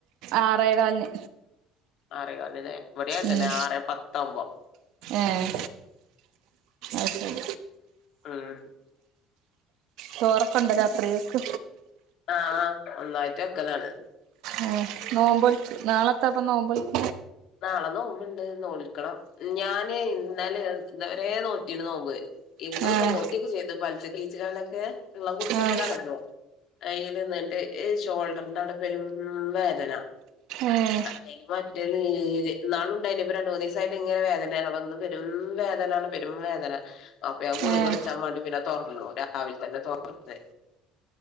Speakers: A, on the right; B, on the left.
A: ആറേകാലിന്
B: ആറേകാലന്നെ ഇവിടേം അതന്നെ
A: ഉം
B: ആറേ പത്താകുമ്പോ
A: ഏഹ് അത് ശരി
B: ഉം
A: ചോറക്കുണ്ട രാത്രിയേക്ക്
B: ആഹ് ആഹ് ഒന്നായിട്ട് വെക്കലാണ്
A: ആ നോമ്പോഴി നാളത്തപ്പ നോമ്പൊഴിക്ക്
B: നാളെ നോമ്പ് ഇണ്ട് നോൽക്കണം ഞാന് ഇന്നലെ ഇന്നലേ നോറ്റിരുന്നു നോമ്പ് എന്നും
A: ഏഹ്
B: നോറ്റിയൊക്കെ ചെയ്ത് <unintelligible> ബീച്ചികളിലൊക്കെ വെള്ളം കുടിച്ചൊക്കെ
A: ആഹ്
B: കെടക്കും കയ്യില് എന്നിട്ട് ഷോൾഡറിന്റെ അവിടെ പെരും വേദന
A: ആഹ്
B: അതെ മറ്റേ നാളുണ്ടായിനി ഇപ്പൊ രണ്ട് മൂന്ന് ദിവസായിട്ട് ഇങ്ങനെ വേദനയാണ് പെരും വേദനാണ് പെരും വേദന അപ്പ ഗുളിക
A: ഏഹ്
B: കുടിച്ചാൻ വേണ്ടി പിന്നെ തുറന്നു രാവിലെ തന്നെ തുറന്ന്